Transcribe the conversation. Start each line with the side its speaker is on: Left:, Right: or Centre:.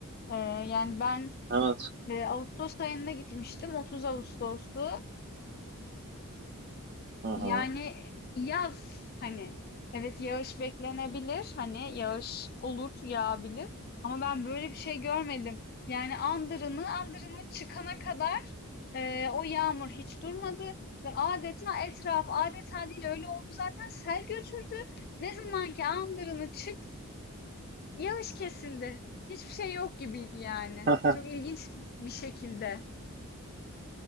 Left: Eee, yani ben
Right: evet.
Left: eee, Ağustos ayında gitmiştim 30 Ağustos'tu.
Right: Hı hı.
Left: Yani yaz hani evet yağış beklenebilir hani yağış olur yağabilir ama ben böyle bir şey görmedim. Yani andırını andırını çıkana kadar eee, o yağmur hiç durmadı ve adeta etraf adeta değil öyle oldu zaten sel götürdü. Ne zaman ki andırını çık yağış kesildi. Hiçbir şey yok gibiydi yani.
Right: <laughs>
Left: Çok ilginç bir şekilde.